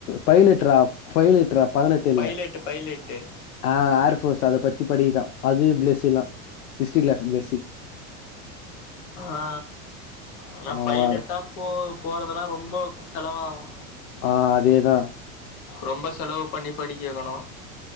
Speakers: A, on the left; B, on the left.
A: பைலட்ரா ஃபைலிட்ரா பதினெட்டு இல்ல
B: பைலட்டு பைலட்டு
A: அ ஆர்ஃபோர்ஸ் அத பத்தி படிதா அது பிளெஸ் எல்லா ஹிஸ்ட்ரி கிளாஸ் பிளஸ்ஸு
B: ஆ என்ன
A: அவன்
B: பைலட்டாப்போ போறதெலா ரொம்ப செலவாவு
A: ஆ அதேதா
B: ரொம்ப செலவு பண்ணி படிக்க வைக்கணு